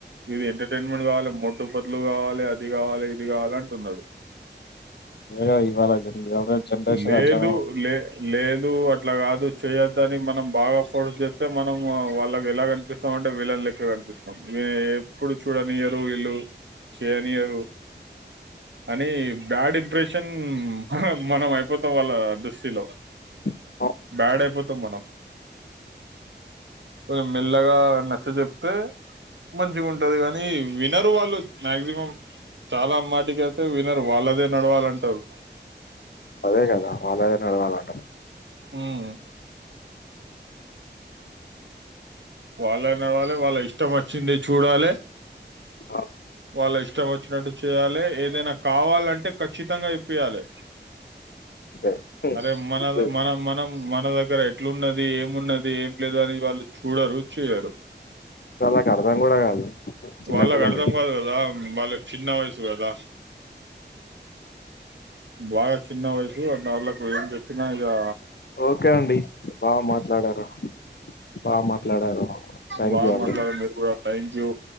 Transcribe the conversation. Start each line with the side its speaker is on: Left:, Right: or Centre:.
Right: ఇది ఎంటర్టైన్మెంట్ కావాలి దుప్పట్లు కావాలి ది కావాలి ఇది కావాలి అంటున్నారు
Left: అదే కదా! ఇవాళ జన్ ఇవాళ జనరేషన్
Right: లేదు
Left: అట్లనే
Right: లె లేదు అట్ల కాదు చేయొద్దని మనం బాగ ఫోర్స్ చేస్తే మనం వాళ్ళకి ఎలా కనిపిస్తాము అంటే విలన్ లెక్క కనిపిస్ వే ఎప్పుడు చూడనియ్యరు వీళ్లు చెయ్యనియ్యరు అనీ బ్యాడ్ ఇంప్రెషన్ ఆహా మనం అయిపో వాళ్ళ దృష్టి లొ
Left: ఉంది.
Right: బ్యాడ్ అయిపో తో మనం కొంచెం మెల్లగ నచ్చ చెెప్తే మంచిగ ఉంటది కానీ వినరు వాళ్ళు మాక్సిమం చాల మాటిక అయితే వినరు వాళ్ళదే నడవాలంటరు
Left: అదే కద వాళ్లదే నడవాలంటరు
Right: హ్మ్ వాళ్ళన్న వాళ్లే వాళ్ళ ఇష్ ఇష్టం వచ్చింది చుడాలె
Left: ఆ,
Right: వాళ్ళ వచ్చినట్టు చేయాలె ఏదైన కావాలంటే ఖచ్చి తంగా యిప్పియాలే
Left: అంతే హ్మ్.
Right: అరే మన మన మనం మన ద దగ్గర ఎట్లున్నది ఏం ఉన్నది ఏం లేదు అని వాళ్ళు చూడరు చేయరు
Left: వాళ్ల కు అర్థం కూడ కాదు చిన్నపిల్లలు
Right: వాళ్ళకి అర్థం
Left: కదా
Right: కాదు వాళ్ళకి చిన్న వయసు కదా బాగ చిన్న వయసు అ వాళ్ళకు ఏం చెప్పిన ఇగా
Left: ఒకే అండి బా మాట్లాడారు బా మాట్లాడారు థ్యాంక్
Right: బా
Left: యూ అండి
Right: మాట్లాడారు మీరు కూడా thank you